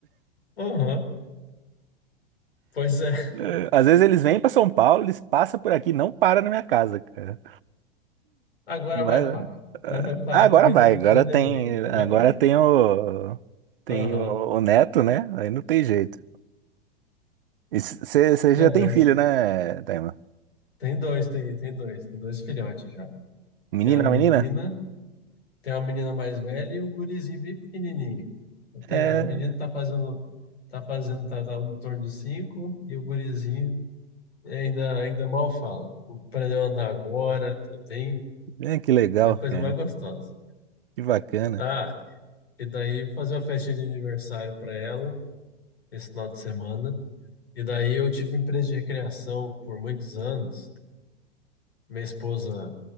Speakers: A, on the left; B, on the right.
A: Aham, pois é,
B: Eh, Às vezes eles vêm para São Paulo, eles passam por aqui, não param na minha casa, cara.
A: agora
B: Mas
A: vai parar.
B: é,
A: Agora vai parar
B: ah, agora
A: para
B: vai, agora
A: Venendei.
B: tem,
A: Agora,
B: agora tem o tem
A: aham,
B: o, o neto, né? Aí não tem jeito. Você
A: Né,
B: já
A: mas
B: tem filho, né, Taima?
A: tem dois, tem, tem dois, tem dois filhotes já.
B: Menina,
A: Tem a menina.
B: menina?
A: Tem uma menina mais velha e o gurizinho bem pequenininho. Então, tem-
B: É,
A: a menina tá fazendo, tá fazendo, tá, tá em torno dos cinco e o gurizinho ainda, ainda mal fala. Aprendeu a andar agora, tá bem,
B: é, que legal,
A: é a coisa
B: cara.
A: mais gostosa.
B: Que bacana.
A: Ah, e daí fazer uma festa de aniversário para ela esse final de semana. E daí eu tive uma empresa de recreação por muitos anos. Minha esposa